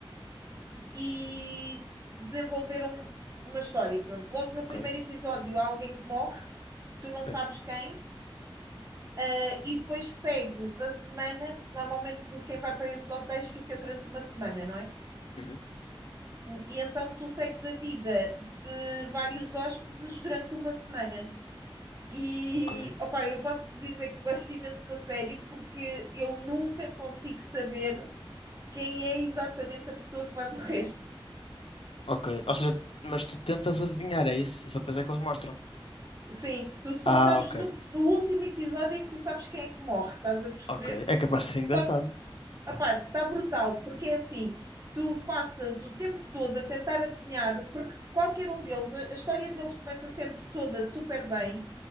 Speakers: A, on the right (about 35°); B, on the left (about 80°).
A: e desenvolveram uma história. Pronto, logo no primeiro
B: Ok.
A: episódio há alguém que morre, tu não
B: É.
A: sabes quem, eh, e depois segues a semana, porque normalmente quem vai para esses hotéis fica durante uma semana, não é?
B: Uhum.
A: E então tu segues a vida de vários hóspedes durante uma semana. E
B: Ok.
A: opá, eu posso te dizer que eu gosto imenso da série porque eu nunca consigo saber quem é exatamente a pessoa que vai morrer.
B: Ok. Ou seja, mas tu tentas adivinhar, é isso? Isso só depois é que eles mostram.
A: Sim, tu só
B: Ah,
A: sabes
B: ok.
A: no, no último episódio é que tu sabes quem é que morre, estás a perceber?
B: Ok. É capaz de ser engraçado.
A: Só que, opá, está brutal, porque é assim, tu passas o tempo todo a tentar adivinhar, porque qualquer um deles, a, a história deles começa sempre toda super bem,